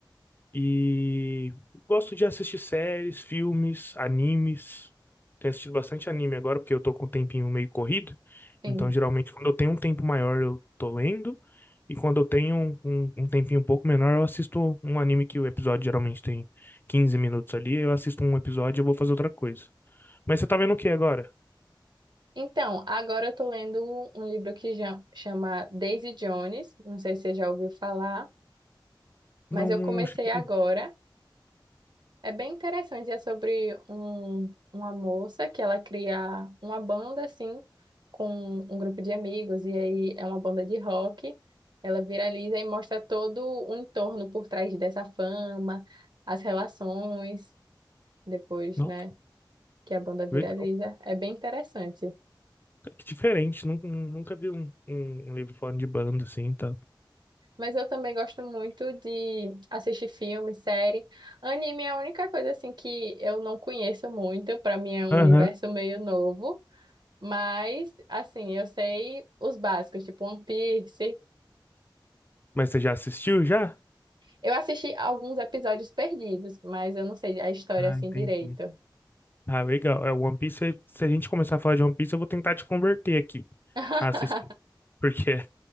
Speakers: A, on the left (about 25°); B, on the right (about 60°).
A: E gosto de assistir séries, filmes, animes. Tenho assistido bastante anime agora, porque eu tô com um tempinho meio corrido.
B: Sim.
A: Então, geralmente, quando eu tenho um tempo maior, eu tô lendo. E quando eu tenho um, um um tempinho um pouco menor, eu assisto um anime que o episódio geralmente tem 15 minutos ali. Eu assisto um episódio e eu vou fazer outra coisa. Mas você tá vendo o que agora?
B: Então, agora eu tô lendo um livro que já- chama Daisy Jones, não sei se você já ouviu falar, mas
A: Não,
B: eu
A: não.
B: comecei
A: cheguei.
B: agora. É bem interessante, é sobre um, uma moça que ela cria uma banda assim com um grupo de amigos e aí é uma banda de rock. Ela viraliza e mostra todo o entorno por trás dessa fama, as relações depois,
A: Nossa,
B: né, que a banda viraliza.
A: legal.
B: É bem interessante.
A: Que diferente. Nun- nun- Nunca vi um, um um livro falando de banda assim, tá?
B: Mas eu também gosto muito de assistir filme, série. Anime é a única coisa assim que eu não conheço muito, para mim é um
A: Aham.
B: universo meio novo. Mas, assim, eu sei os básicos, tipo One Piece.
A: Mas você já assistiu já?
B: Eu assisti alguns episódios perdidos, mas eu não sei a história
A: Ah,
B: assim
A: entendi.
B: direito.
A: Ah, legal. É, One Piece, se se a gente começar a falar de One Piece, eu vou tentar te converter aqui
B: <laughs>
A: a assistir. Porque é,